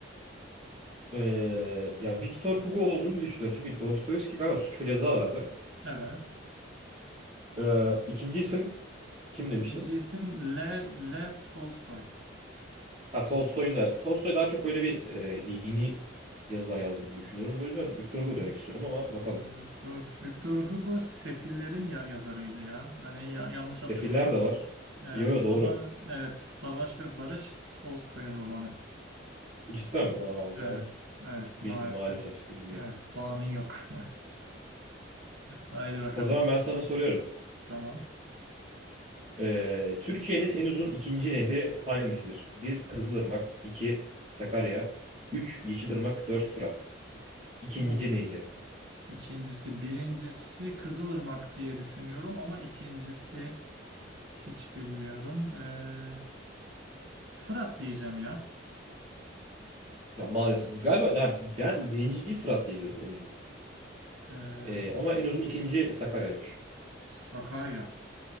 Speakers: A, on the right; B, on the right.
A: Ee, ya Victor Hugo olduğunu düşünüyorum. Çünkü Dostoyevski galiba Suç ve Ceza vardı.
B: evet.
A: Ee, ikinci isim kim demiştin?
B: İkinci isim Le- Lev Tolstoy.
A: Ha Tolstoy'un da Tolstoy daha çok böyle bir e, dini yazılar yazdığını düşünüyorum. O yüzden Victor
B: Hı
A: Hugo
B: hı.
A: demek istiyorum ama bakalım.
B: Victor, Victor Hugo Sefillerin ya yazarıydı ya. Hani ya- yanlış
A: Sefiller
B: hatırladım.
A: de var.
B: Evet
A: Yo yo
B: ama
A: doğru.
B: evet Savaş ve Barış Tolstoy'un romanı.
A: Cidden mi? Aa, o zaman
B: Evet, evet
A: bilmiyorum
B: maalesef.
A: maalesef bilmiyor.
B: Evet puanın yok. <laughs> Haydi bakalım.
A: O zaman ben sana soruyorum.
B: Tamam.
A: Ee, Türkiye'nin en uzun ikinci nehri hangisidir? bir Kızılırmak 2 Sakarya 3 Yeşilırmak 4 Fırat. İkinci
B: Of.
A: nehri.
B: İkincisi, birincisi Kızılırmak diye düşünüyorum ama ikincisi hiç bilmiyorum. Ee, Fırat diyeceğim ya.
A: Ya maalesef galiba yani ben birinciyi Fırat diye biliyorum en uzun.
B: Ee,
A: Ee, ama en uzun ikinci Sakarya'ymış.
B: Sakarya.